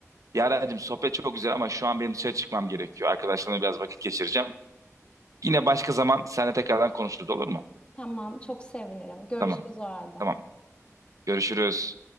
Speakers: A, on the right; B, on the left.
A: Yarencim sohbet çok güzel ama şu an benim dışarı çıkmam gerekiyor. Arkadaşlarımla biraz vakit geçireceğim. Yine başka zaman seninle tekrardan konuşuruz olur mu?
B: Tamam çok sevinirim. Görüşürüz
A: Tamam.
B: o halde.
A: Tamam. Görüşürüz.